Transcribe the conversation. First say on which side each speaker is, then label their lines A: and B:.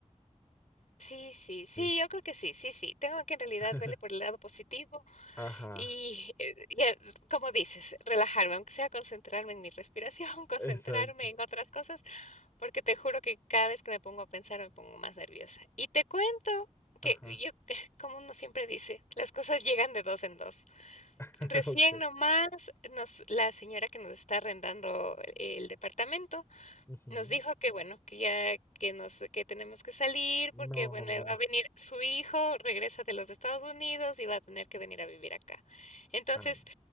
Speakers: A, on the left; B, on the left.
A: Sí, sí, sí,
B: Sí.
A: yo creo que sí, sí, sí. Tengo que en realidad
B: <laughs>
A: verle por el lado positivo
B: Ajá,
A: y, eh, y, eh, como dices, relajarme, aunque sea concentrarme en mi respiración, <laughs> concentrarme
B: exacto.
A: en otras cosas, Porque te juro que cada vez que me pongo a pensar me pongo más nerviosa. Y te cuento que
B: Ajá,
A: yo, <laughs> como uno siempre dice, las cosas llegan de dos en dos.
B: <laughs>
A: Recién
B: ok.
A: nomás nos, la señora que nos está arrendando el departamento
B: Ujú.
A: nos dijo que bueno, que ya que nos, que tenemos que salir
B: No.
A: porque bueno, va a venir su hijo, regresa de los Estados Unidos y va a tener que venir a vivir acá. Entonces,
B: Ay.